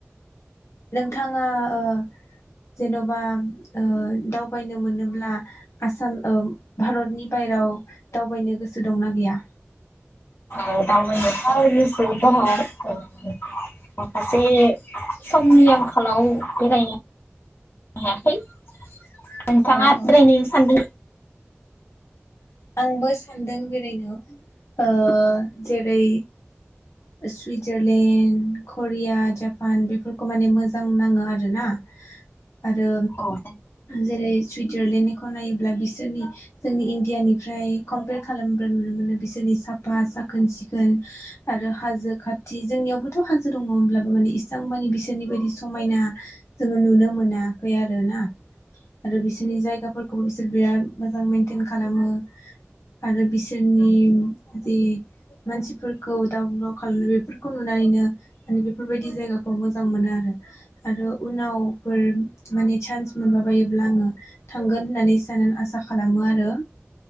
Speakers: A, on the left; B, on the left.
A: नोंथाङा ओ जेन'बा ओ दावबायनो मोनोब्ला आसाम ओ भारतनि बायराव दावबायनो गोसो दंना गैया?
B: ओ दावबायनोथ' गोसो दङ ओ माखासे समनि आंखालाव बेरायनो हायाखै। नोंथाङा
A: औ औ
B: बेरायनो सानदों?
A: आंबो सानदों बेरायनो ओ जेरै सुइजारलेण्ड करिया, जापान बेफोरखौ माने मोजां नाङो आरोना। आरो
B: औ
A: जेरै सुइजारलेण्डनिखौ नायोब्ला बिसोरनि जोंनि इण्डियानि फ्राय <unintelligible> खालामोब्रा नुनो मोनो बिसोरनि साफा साखोन सिखोन आरो हाजो खाथि जोंनियावबोथ' हाजो दङ होमब्लाबो माने इसां मानि बिसोरनि बायदि समायना जोङो नुनो मोनाखै आरो ना आरो बिसोरनि जायगाफोरखौबो बिसोर बिराद मोजां मेनटेन खालामो। आरो बिसोरनि जि मानसिफोरखौ <unintelligible> बेफोरखौ नुनानैनो मानि बेफोरबायदि जायगाखौ मो जां मोनो आरो। आरो उनावफोर माने सान्स मोनबा बायोब्ला आङो थांगोन। होननानै साननानै आसा खालामो आरो।